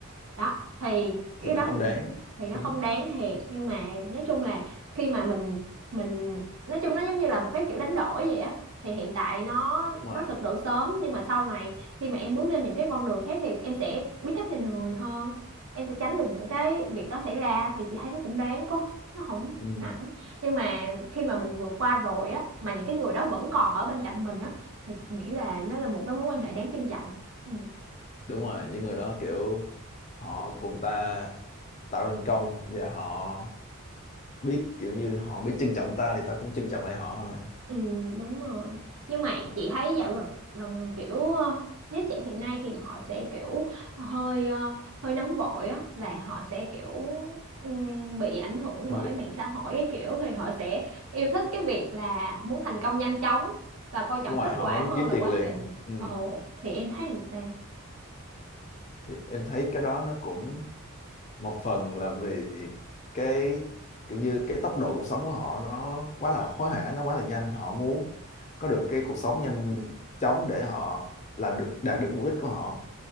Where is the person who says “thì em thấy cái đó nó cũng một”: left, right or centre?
Left